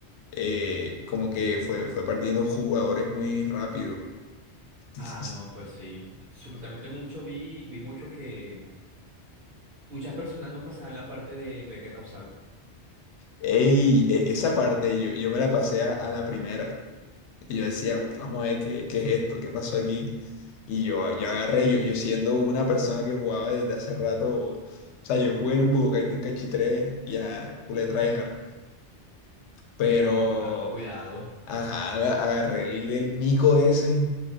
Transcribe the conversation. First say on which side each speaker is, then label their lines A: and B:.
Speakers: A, on the left; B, on the right.
A: eh, como que fue, fue perdiendo jugadores muy rápido. Sí,
B: Ah,
A: sí,
B: no,
A: sí.
B: pues sí. Supuestamente mucho vi, vi mucho que muchas personas no pasaban la parte de Vegeta Usaru.
A: Ey, e- esa parte yo, yo me la pasé a, a la primera y yo decía, "Ok, vamos a ver qué, qué es esto, qué pasó aquí. Y yo, yo agarré, yo, yo siendo una persona que jugaba desde hace rato, o sea, yo jugué el Budokai Tenkaichi 3 y a culé tryhard. Pero
B: Ya, cuidado.
A: Ajá, aga- agarré el, el mico ese